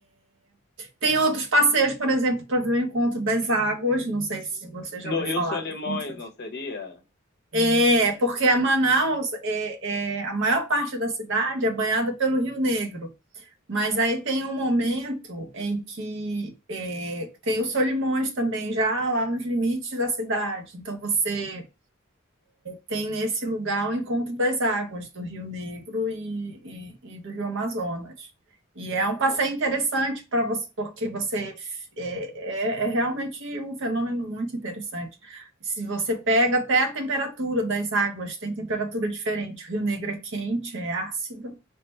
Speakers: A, on the right; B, on the left.
A: Tem outros passeios, por exemplo, para ver o Encontro das Águas. Não sei se você já
B: No
A: ouviu
B: Rio
A: falar
B: Solimões,
A: do Encontro.
B: não seria?
A: É, porque a Manaus, é, é- a maior parte da cidade é banhada pelo Rio Negro. Mas aí tem um momento em que é, tem o Solimões também, já lá nos limites da cidade. Então você tem nesse lugar o encontro das águas do Rio Negro e, e- e do Rio Amazonas.
B: Incrível,
A: E é um
B: não?
A: passeio interessante para você, porque você é, é- é realmente um fenômeno muito interessante. Se você pega até a temperatura das águas, tem temperatura diferente. O Rio Negro é quente, é ácido,